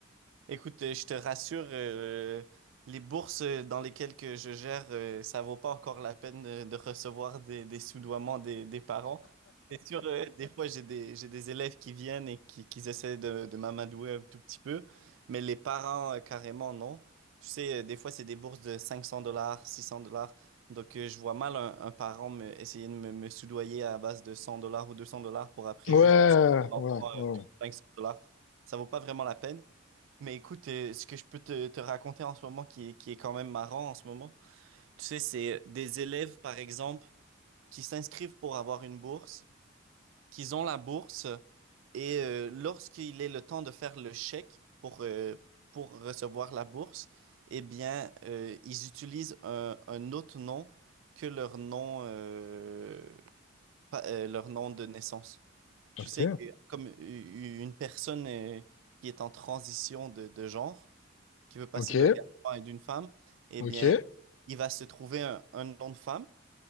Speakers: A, on the right; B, on the left.
A: Écoute, euh, je te rassure, euh, les bourses euh, dans lesquelles que je gère, euh, ça vaut pas encore la peine de, de recevoir des, des soudoiements des, des parents. C'est sûr, euh, des fois, j'ai des, j'ai des élèves qui viennent et qui, qui essaient de, de m'amadouer un tout petit peu, mais les parents, euh, carrément, non. Tu sais, euh, des fois, c'est des bourses de 500 dollars, 600 dollars. Donc, euh, je vois mal un, un parent me, essayer de me, me soudoyer à base de 100 dollars ou 200 dollars pour après
B: Ouais,
A: juste un
B: ouais,
A: enfant, euh,
B: ouais.
A: de 500 dollars. Ça vaut pas vraiment la peine. Mais écoute, euh, ce que je peux te, te raconter en ce moment qui est, qui est quand même marrant en ce moment, tu sais, c'est euh, des élèves, par exemple, qui s'inscrivent pour avoir une bourse, qu'ils ont la bourse, et euh, lorsqu'il est le temps de faire le chèque pour, euh, pour recevoir la bourse, eh bien, euh, ils utilisent un, un autre nom que leur nom, euh, pa- euh, leur nom de naissance. Tu
B: Ok,
A: sais, que comme u- u- une personne euh, qui est en transition de de genre, qui veut passer
B: ok,
A: d'un garçon et d'une femme, eh
B: ok,
A: bien, il va se trouver un, un nom de femme,